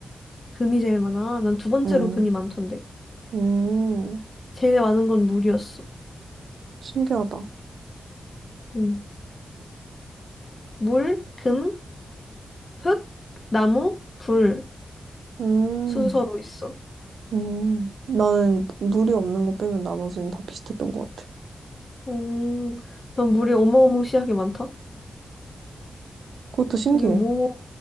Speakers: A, on the left (about 25°); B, on the right (about 80°).
A: 금이 제일 많아? 난 두 번째로
B: 응,
A: 금이 많던데.
B: 음,
A: 제일 많은 건 물이었어.
B: 신기하다.
A: 음. 물, 금, 흙, 나무, 불
B: 음,
A: 순서로 있어.
B: 음. 나는 물이 없는 거 빼면 나머지는 다 비슷했던 것 같아.
A: 음, 난 물이 어마어마시하게 많다.
B: 그것도 신기해.
A: 이게 뭐,